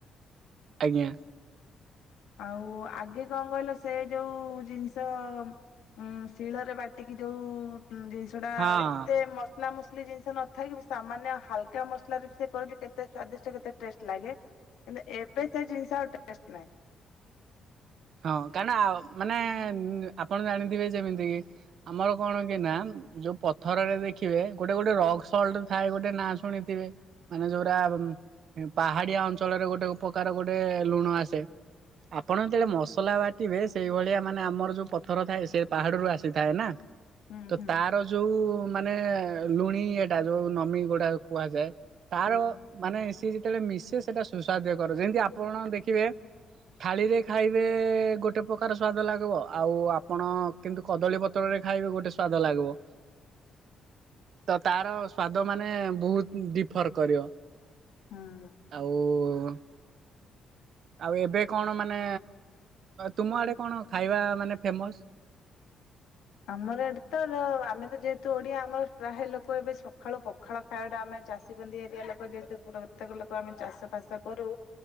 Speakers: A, on the right; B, on the left.
A: ଆଜ୍ଞା।
B: ଆଉ ଆଗେ କଣ କଇଲ ସେ ଯୋଉ ଜିନିଷ ଉଁ ଶିଳରେ ବାଟିକି ଯୋଉ ଜିନିଷ ଟା
A: ହଁ
B: ଏତେ ମ ମସଲା ମୁସଲି ଜିନିଷ ନ ଥାଇ କି ସାମାନ୍ୟ ହାଲକା ମସଲାରେ ବି ସେ କରନ୍ତି କେତେ ସ୍ଵାଦିଷ୍ଟ କେତେ ଟେଷ୍ଟ ଲାଗେ। ହେଲେ ଏବେ ସେ ଜିନିଷ ଆଉ ଟେଷ୍ଟ ନାହିଁ।
A: ହଁ କାରଣ ଆଉ ମାନେ ଆପଣ ଜାଣିଥିବେ ଯେମିତି କି ଆମର କଣ କି ନା ଯୋଉ ପଥରରେ ଦେଖିବେ ଗୋଟେ ଗୋଟେ ରକ୍ ସଲ୍ଟ ଥାଏ ଗୋଟେ ନା ଶୁଣିଥିବେ। ମାନେ ଯୋଉରା ପାହାଡିଆ ଅଞ୍ଚଳରେ ଗୋଟେ ଉପକାର ଗୋଟେ ଲୁଣ ଆସେ। ଆପଣ ଯେତବେଳେ ମସ୍ ଲା ବାଟିବେ ସେଇ ଭଳିଆ ମାନେ ଆମର ଯୋଉ ପଥର ଥାଏ ସେ ପାହାଡରୁୁ ଆସିଥାଏ ନା
B: ହୁଁ
A: ତ
B: ହୁଁ
A: ତା ର ଯୋଉ ମାନେ ଲୁଣି ଇଏଟା ଯୋଉ ନମି ଗୁଡା କୁହାଯାଏ ତାର
B: ହୁଁ।
A: ମାନେ ସିଏ ଯେତବେଳେ ମିଶେ ସେଟା ସୁସ୍ଵାଦ କର ଯେମିତି ଆପଣ ଦେଖିବେ ଥାଳିରେ ଖାଇ ବେ ଗୋଟେ ପ୍ରକାର ସ୍ଵାଦ ଲାଗିବ ଆଉ ଆପଣ କିନ୍ତୁ କଦଳୀ ପତ୍ରରେ ଖାଇବେ ଗୋଟେ ସ୍ଵାଦ ଲାଗିବ।
B: <inaudible>
A: ତ ତାର ସ୍ଵାଦ ମାନେ ବହୁତ୍ ଡି଼ଫର୍ କରିବ।
B: ହଁ।
A: ଆଉ ଆଉ ଏବେ କଣ ମାନେ ତୁମ ଆଡେ କଣ ଖାଇବା ମାନେ ଫେମସ୍?
B: ଆମର ଏଠି ତ ଆମେ ତ ଯେହେତୁ ଓଡିଆ ଆମର ପ୍ରାୟେ ଲୋକ ଏବେ ସକାଳୁ ପ ଖାଳ ଖାଇବାଟା ଆମେ ଚାଷୀ ବନ୍ଦୀ ଏରିଆ ଲୋକ ଯେହେତୁ ପ୍ରତ୍ୟେକ ଲୋକ ଆମେ ଚାଷ ଫାସ କରୁ।